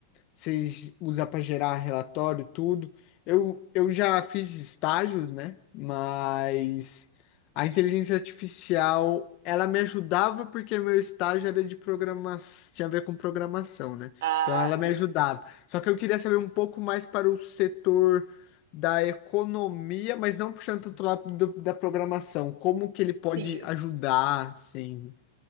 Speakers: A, on the left; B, on the right.
A: vocês usam para gerar relatório, tudo. Eu, eu já fiz estágios, né? Mas a inteligência artificial, ela me ajudava porque meu estágio era de programação, tinha a ver com programação, né?
B: Ah,
A: Então ela
B: sim.
A: me ajudava. Só que eu queria saber um pouco mais para o setor da economia, mas não puxando tanto lá do- da programação. Como que ele pode
B: Sim.
A: ajudar, sim.